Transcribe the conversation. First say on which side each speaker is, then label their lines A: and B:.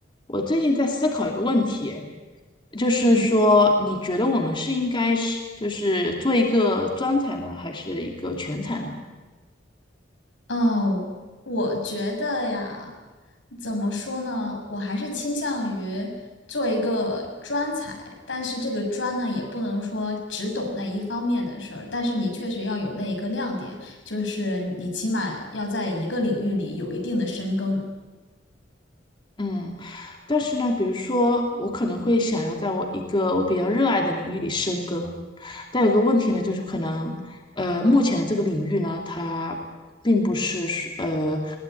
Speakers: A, on the left (about 25°); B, on the left (about 80°).
A: 我最近在思考一个问题，就是说，
B: 嗯，
A: 你觉得我们是应该是就是做一个专才呢，还是一个全才呢？
B: 哦，我觉得呀，怎么说呢？我还是倾向于做一个专才，但是这个专呢，也不能说只懂那一方面的事儿，但是你确实要有那一个亮点，就是你起码要在一个领域里有一定的深耕。
A: 嗯，但是呢，比如说，我可能会想要在我一个我比较热爱的领域里深耕，但有个问题呢，就是可能，呃，目前的这个领域呢，它并不是呃，